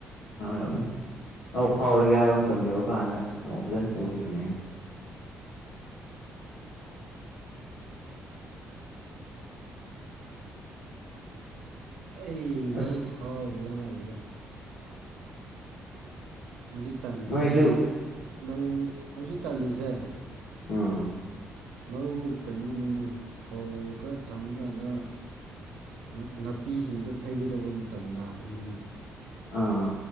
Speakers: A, on the left; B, on the right.
A: ꯑꯣꯏꯔꯝꯅꯤ ꯂꯧ ꯈꯥꯎꯔꯒꯦ ꯍꯥꯏꯕ ꯃꯇꯝ ꯌꯧꯔꯀꯥꯟꯗ ꯑꯁ ꯅ‌ꯣꯡ ꯐꯖꯅ ꯆꯨꯈꯤꯕꯅꯦꯍ‌ꯦ
B: ꯑꯩ
A: ꯑꯁ
B: ꯂꯧ ꯈꯥꯎꯕ ꯂꯥꯏꯔꯤꯗ ꯍꯧꯖꯤꯛ ꯇꯜꯂꯤꯖ‌ꯦ
A: ꯅꯣꯏꯁꯨ
B: ꯑꯩ ꯂꯧ ꯍꯧꯖꯤꯛ ꯇꯜꯂꯤꯖ‌ꯦ
A: ꯑꯥ
B: ꯂꯧ ꯀꯩꯅꯣꯅꯅꯦ ꯐꯧ ꯈꯔ ꯊꯝꯃꯀꯥꯟꯗ ꯅ ꯅꯥꯄꯤꯁꯤꯡꯗꯣ ꯐꯩꯒꯗꯕ ꯃꯇꯝ ꯂꯥꯛꯀꯅꯤꯅ
A: ꯑꯥ